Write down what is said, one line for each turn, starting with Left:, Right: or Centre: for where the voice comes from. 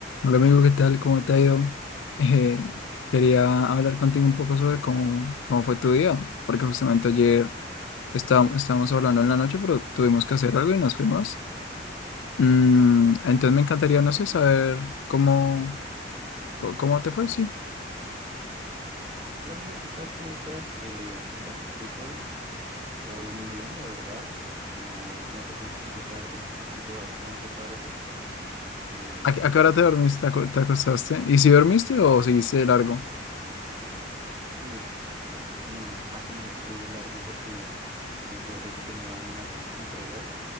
Left: Hola amigo, ¿qué tal? ¿Cómo te ha ido? Eh, quería hablar contigo un poco sobre cómo, cómo fue tu día, porque justamente ayer estábamos, estábamos hablando en la noche, pero tuvimos que hacer algo y nos fuimos. Mm, entonces me encantaría, no sé, saber cómo, co- cómo te fue, sí.
Right: Hola amigo, ¿qué tal? ¿Cómo estás? Eh, bueno, pues hoy, hoy muy bien, la verdad. No, me acosté un poquito tarde, un poquito bastante tarde. Eh,
Left: ¿A, qué a qué hora te dormiste? ¿Te acu- te acostaste? ¿Y si dormiste o seguiste de largo?
Right: uy, mm, más o menos seguí de largo porque me acordé que tenía una cosa que entregar.